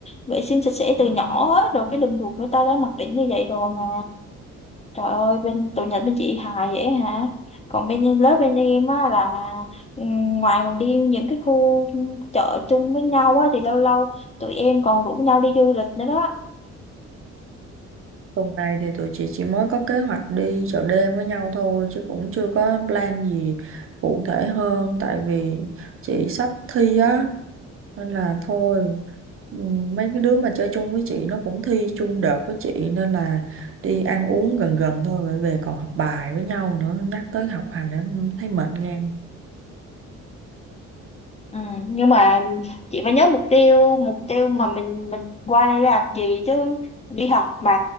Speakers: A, on the left (about 20°); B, on the right (about 45°).
A: vệ sinh sạch sẽ từ nhỏ hết rồi cái đường ruột người ta đã mặc định như vậy rồi mà trời ơi bên tụi Nhật bên chị hài vậy hả còn bên lớp bên em á là ừm, ngoài mà đi những cái khu chợ chung với nhau á thì lâu lâu tụi em còn rủ nhau đi du lịch nữa đó
B: Tuần này thì tụi chị chỉ mới có kế hoạch đi chợ đêm với nhau thôi chứ cũng chưa có plan gì cụ thể hơn tại vì chị sắp thi á nên là thôi ừm, mấy cái đứa mà chơi chung với chị nó cũng thi chung đợt với chị nên là đi ăn uống gần gần thôi rồi về còn học bài với nhau nữa nhắc tới học hành em thấy mệt ngang
A: ừ, nhưng mà chị phải nhớ mục tiêu mục tiêu mà mình mình qua đây làm gì chứ đi học mà